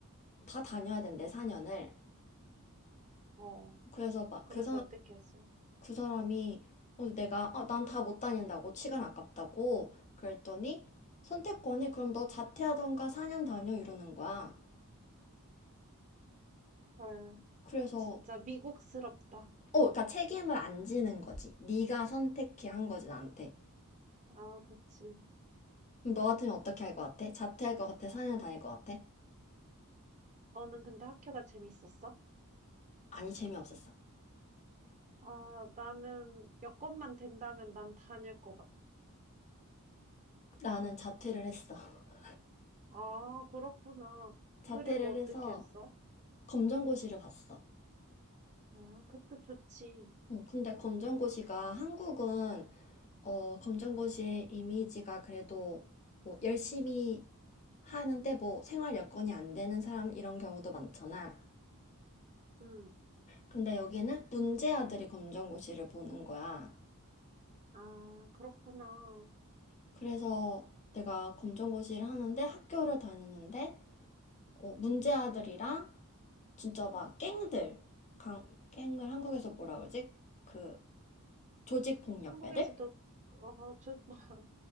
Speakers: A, on the left; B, on the right.
A: 다 다녀야 된대, 4년을.
B: 어.
A: 그래서 막그
B: 그래서 어떻게 했어?
A: 그 사람이 어, 내가 어, 난 다 못 다닌다고 시간 아깝다고 그랬더니 선택권이 그럼 너 자퇴하던가 4년 다녀 이러는 거야.
B: 헐,
A: 그래서
B: 진짜 미국스럽다.
A: 어, 그러니까 책임을 안 지는 거지. 네가 선택해 한 거지 나한테.
B: 아, 그치.
A: 그럼 너 같으면 어떻게 할 것 같아? 자퇴할 것 같아? 4년 다닐 것 같아?
B: 너는 근데 학교가 재밌었어?
A: 아니 재미없었어.
B: 아, 나는 여건만 된다면 난 다닐 것 같아.
A: 나는 자퇴를 했어. <laughs>
B: 아, 그렇구나.
A: 자퇴를
B: 그리고 어떻게
A: 해서
B: 했어?
A: 검정고시를 봤어.
B: 아, 그때 좋지.
A: 어, 근데
B: 응,
A: 검정고시가 한국은 어, 검정고시의 이미지가 그래도 뭐 열심히 하는데 뭐 생활 여건이 안 되는 사람 이런 경우도 많잖아.
B: 응.
A: 근데 여기는 문제아들이 검정고시를 보는 거야.
B: 아 그렇구나.
A: 그래서 내가 검정고시를 하는데 학교를 다니는데 어, 문제아들이랑 진짜 막 갱들, 강, 갱을 한국에서 뭐라 그러지? 그 조직 폭력배들?
B: 한국에서도 어, 저 <laughs>